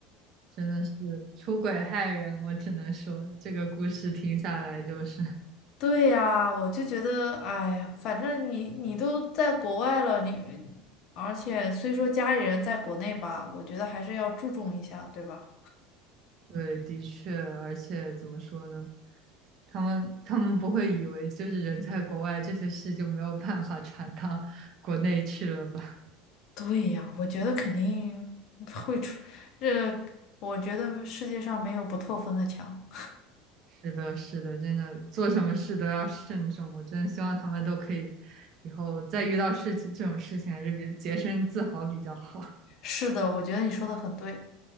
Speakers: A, on the right; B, on the left.
A: 真的是出轨害人，我只能说这个故事听下来就是。
B: 对呀，我就觉得，哎呀，反正你你都在国外了，你而且虽说家里人在国内吧，我觉得还是要注重一下，对吧？
A: 对，的确，而且怎么说呢？他们他们不会以为就是人在国外这些事就没有办法传到 <laughs> 国内去了吧？
B: 对呀，我觉得肯定会出，这我觉得世界上没有不透风的墙。
A: 是的，是的，真的做什么事都要慎重。我真的希望他们都可以以后再遇到事情这种事情，还是比节身自好比较好。
B: 是的，我觉得你说的很对。